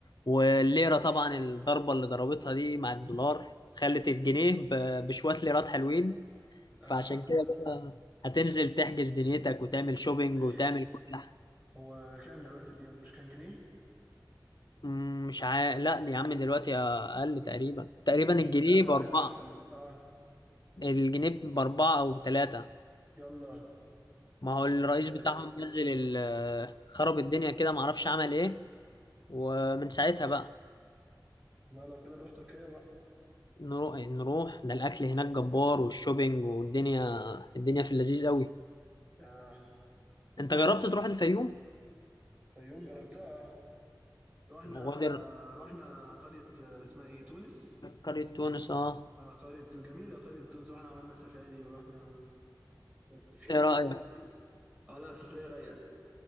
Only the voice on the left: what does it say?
والليره طبعا الضربه اللي ضربتها دي مع الدولار خلت الجنيه ب- بشويه ليرات حلوين
فعشان كده بقى هتنزل تحجز دنيتك وتعمل شوبينج
وتعمل كل حاجه
مم، مش عا... لا يا عم دلوقتي اقل تقريبا تقريبا
الجنيه
باربعه
الجنيه باربعه او بثلاثه
ما
هو الرئيس
بتاعهم نزل ال- خرب الدنيا كده معرفش عمل ايه ومن ساعتها بقى
نروح نروح ده الاكل هناك جبار والشوبينج والدنيا الدنيا في اللذيذ قوي
انت جربت تروح الفيوم
وادر
قرية تونس اه
ايه
رأيك